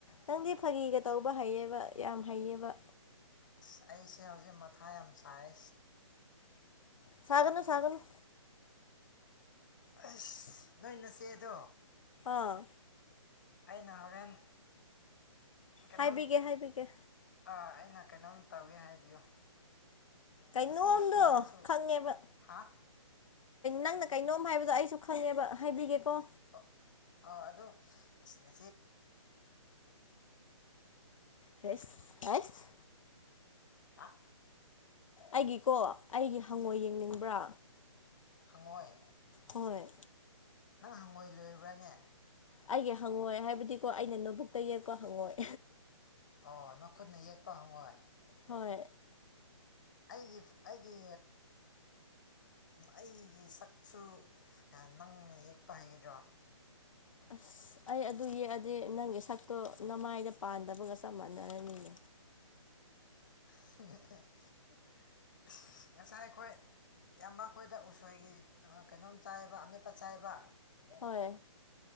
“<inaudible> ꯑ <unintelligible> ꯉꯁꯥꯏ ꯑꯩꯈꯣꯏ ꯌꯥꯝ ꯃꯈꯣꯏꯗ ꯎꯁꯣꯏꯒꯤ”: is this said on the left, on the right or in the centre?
Left